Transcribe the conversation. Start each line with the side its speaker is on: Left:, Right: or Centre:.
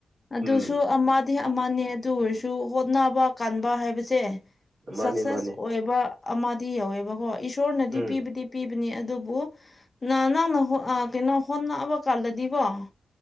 Left: ꯑꯗꯨꯁꯨ
Right: ꯎꯝ
Left: ꯑꯃ ꯗꯤ ꯑꯃ ꯑꯗꯨ ꯑꯣꯏꯔꯁꯨ ꯍꯣꯠꯅꯕ ꯀꯥꯟꯕ ꯍꯥꯏꯕꯁꯦ
Right: ꯃꯥꯅꯦ
Left: ꯁꯛꯁꯦꯁ
Right: ꯃꯥꯅꯦ
Left: ꯑꯣꯏꯕ ꯑꯃꯗꯤ ꯌꯧꯋꯦꯕꯀꯣ ꯏꯁꯣꯔꯅꯗꯤ
Right: ꯎꯝ
Left: ꯄꯤꯕꯗꯤ ꯄꯤꯕꯅꯤ ꯑꯗꯨꯕꯨ ꯅ ꯅꯪꯅ ꯑ ꯀꯩꯅꯣ ꯍꯣꯠꯅꯕ ꯀꯟꯂꯗꯤꯀꯣ